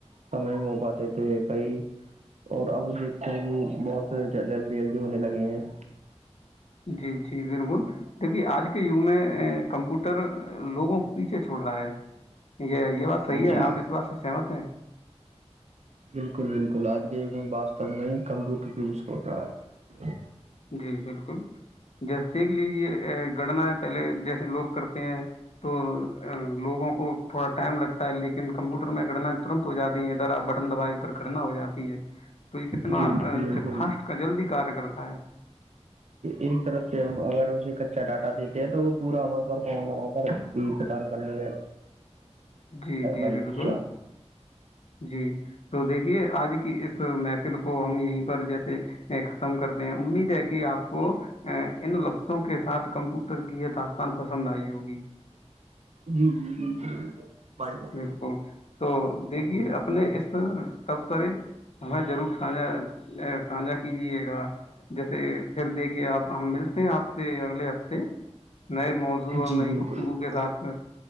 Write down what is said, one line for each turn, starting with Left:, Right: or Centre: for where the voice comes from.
Right: سمے میں ہو پاتے تھے کئی اور اب دیکھتے ہیں کہ بہت جلدی جلدی ہونے لگے ہیں
Left: جی جی بالکل دیکھیے آج کے یگ میں کمپیوٹر لوگوں کے پیچھے چھوڑ رہا ہے یہ بات صحیح
Right: جی
Left: ہے آپ اس بات سے سہمت ہیں
Right: بالکل بالکل آج کے جگ میں واستب میں کم رکھ پ ہو رہا ہے
Left: جی بالکل جیس دیکھ لیجے گڑنایں پہلے جیسے لوگ کرتے ہیں تو لوگوں کو تھوڑا ٹائم لگتا ہے لیکن کمپیوٹر میں گڑناائیں ترنت ہو جاتی ہیں ادھر آپ ب دوائی ادھر گڑنا ہو جاتی ہے تو یہ کتنا
Right: جی بالکل بالکل
Left: فاسٹ کا جلدی کار کرتا <inaudible>
Right: ایک طرف سے اگر اسے کچا ڈاٹا دیتے ہیں تو وہ پورا بنا کر بھی پتا نہیں ہے
Left: جی جی
Right: بھائی
Left: بالکل
Right: جان
Left: جی تو دیکھیے آج کی محفل کو ہم یہیں پر جیسے ختم کرتے میں امید ہے کہ اپ کو ان لفظوں کے ساتھ کمپیوٹر کی داستان پسند ائی ہوگی
Right: جی جی بالکل بالکل بھائی جان
Left: بالکل تو دیکھیے اب اس تب سرے ہمیں ضرور سانا سانھا کیجیے گا جیسے پھر دیکھیے آپ ہم ملتے ہیں آپ سے اگلے ہفتے نئے موضوع اور
Right: جی
Left: نئی
Right: بالکل
Left: گفتگو
Right: بالکل
Left: کے
Right: بھائی
Left: ساتھ